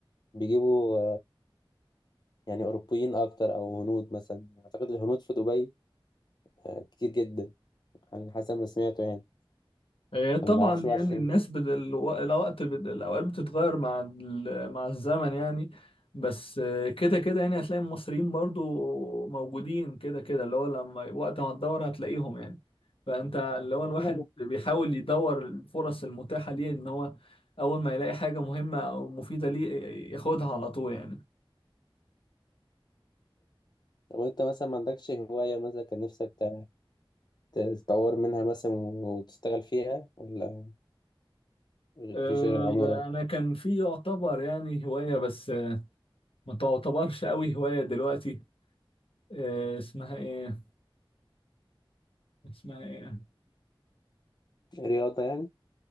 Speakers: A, on the left (about 50°); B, on the left (about 80°).
A: بيجيبوا يعني أوروبيين أكتر أو هنود مثلا أعتقد الهنود في دبي آه، كتير جدا على حسب ما سمعته يعني
B: هي طبعا
A: ولا ما أعرفش بقى
B: يعني
A: عشان
B: الناس بدل الو- الوقت بدل الأوقات بتتغير مع ال- مع الزمن يعني بس آه، كده كده يعني هتلاقي المصريين برضو موجودين كده كده اللي هو لما وقت ما تدور هتلاقيهم يعني فأنت اللي هو الواحد
A: كده ممكن-
B: بيحاول يدور الفرص المتاحة ليه إن هو أول ما يلاقي حاجة مهمة أو مفيدة ليه ياخدها على طول يعني
A: طب وأنت مثلا ما عندكش هواية مثلا كان نفسك ت- تتطور منها مثلا وتشتغل فيها ولا مفيش
B: آه،
A: غير العمارة
B: أنا كان في يعتبر يعني هواية بس آه، ما تعتبرش قوي هواية دلوقتي آه، اسمها إيه اسمها إيه
A: رياضة يعني